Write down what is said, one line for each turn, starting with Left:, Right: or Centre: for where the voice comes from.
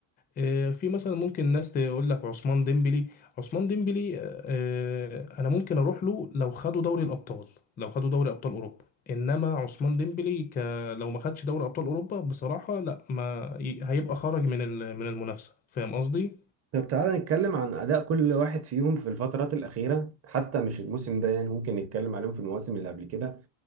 Left: آه، في مثلا ممكن ناس تقول لك عثمان ديمبلي عثمان ديمبلي آه، آه، انا ممكن اروح له لو خدوا دوري الابطال لو خدوا دوري ابطال اوروبا انما عثمان ديمبلي ك... لو ما خدش دوري ابطال اوروبا بصراحة لا ما ي- هيبقى خرج من ال- من المنافسة فاهم قصدي
Right: طب تعالى نتكلم عن اداء كل واحد فيهم في الفترات الاخيره حتى مش الموسم ده يعني ممكن نتكلم عليهم في المواسم اللي قبل كده